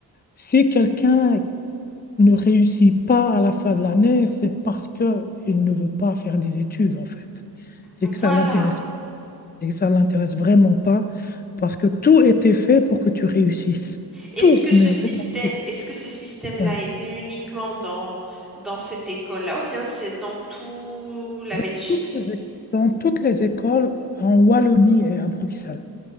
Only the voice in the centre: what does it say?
Voilà.
Est-ce
que ce
système,
est-ce que ce système-là
était uniquement dans, dans cette école-là ou bien c'est dans tout la
Belgique?